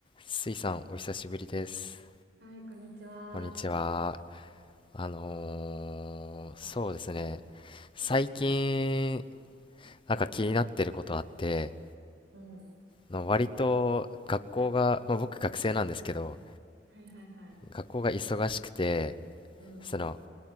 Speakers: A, on the left; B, on the right.
A: スイさん、お久しぶりです。
B: はい、こんにちは。
A: こんにちは。あのー、そうですね。最近、なんか気になってることあって、
B: うん。
A: の割と学校が、まあ、僕学生なんですけど、
B: はいはいはい。
A: 学校が忙しくて、
B: うん。
A: その、